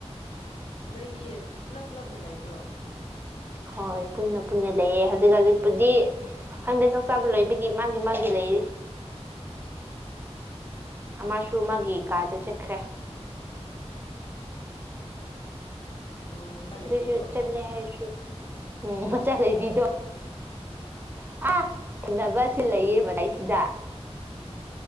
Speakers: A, on the left; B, on the right.
A: ꯅꯣꯏꯗꯤ ꯄꯨꯂꯞ ꯄꯨꯜꯂꯞꯅ ꯂꯩꯕ꯭ꯔꯣ
B: ꯍꯣꯏ ꯄꯨꯟꯅ ꯄꯨꯟꯅ ꯂꯩꯑꯦ ꯍꯧꯖꯤꯛ ꯍꯧꯖꯤꯛꯄꯨꯗꯤ ꯈꯪꯗꯦ ꯆꯥꯛ ꯆꯥꯕ ꯂꯣꯏꯕꯒꯤ ꯃꯥꯒꯤ ꯃꯥꯒꯤ ꯂꯩꯔꯤ ꯑꯃꯁꯨ ꯃꯥꯒꯤ ꯀꯥꯗ ꯆꯠꯈ꯭ꯔꯦ
A: ꯑꯣ ꯃꯆꯥ ꯂꯩꯕꯤꯗꯣ
B: ꯑꯗꯨꯁꯨ ꯆꯜꯂꯦ ꯍꯥꯏꯁꯨ ꯎꯝ ꯃꯆꯥ ꯂꯩꯕꯤꯗꯣ ꯑꯥ ꯊꯦꯡꯅꯕ ꯑꯁꯤ ꯂꯩꯌꯦ ꯃꯗꯩꯁꯤꯗ